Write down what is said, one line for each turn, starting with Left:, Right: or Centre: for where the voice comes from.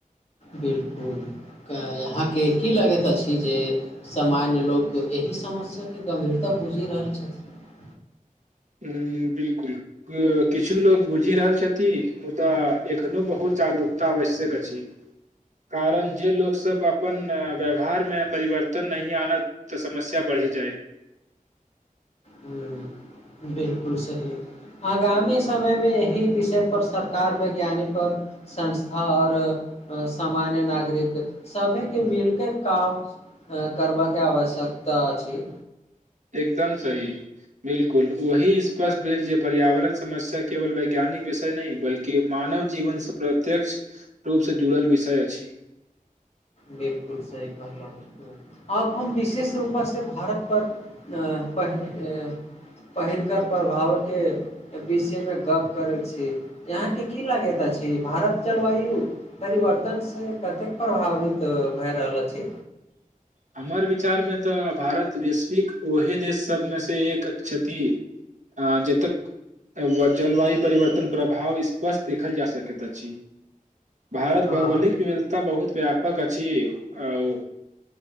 Left: बिलकुल यहाँके की लगैत अछि जे सामान्य लोक ई समस्याके गम्भीरता बुझि रहल छथि
Right: <inaudible> ह बिल्कुल किछु लोग बुझि रहल छथि मुदा एखनो बहुत जागरूक आवश्यक अछि कारण जे लोको सब अपन व्यवहार मे परिवर्तन नहि आना तऽ समस्या पड़ पढ़ी जाइ
Left: हू बिलकुल सही आगामी समयमे यी विषय पर सरकार वैज्ञानिक आओर संस्था आऔर सामान्य नागरिक सभ के मिलके काम करबाक के आवश्यकता अछि
Right: एकदम सही बिलकुल वही स्पष्ट भेल जे पर्यावरण समस्या केवल वैज्ञानिक विषय नहि बल्कि मानव जीवन से प्रत्यक्ष रूप से जुड़ल विषय अछि <inaudible>
Left: बिलकुल सही कहलहु हम विशेष रूपासँ भारत पर पहिल पहिलनकर प्रभाव के विषय मे गप करे छी यहाँ के की लागे भारत जलवायु परिवर्तनसँ कतेक प्रभावित तऽ भए रहल रहल छी
Right: हमर विचारमे तऽ भारत वैश्विक ओहे देश सबमे से एक क्षति आ जतेक जलवायु परिवर्तन प्रभाव स्पष्ट देखल जा सकैत अछि भारत
Left: हँ
Right: भौगोलिक विविधता बहुत व्यापक अछि आ ओ